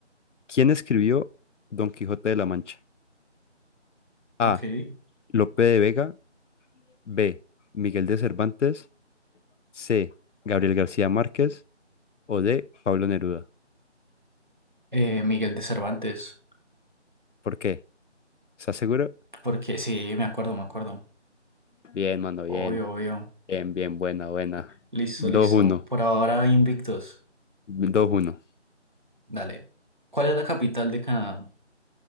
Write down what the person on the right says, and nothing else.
Ok.
Eh, Miguel de Cervantes.
Porque sí, me acuerdo, me acuerdo.
Obvio,
obvio.
Listo,
listo.
Por ahora invictos.
Dale. ¿Cuál es la capital de Canadá?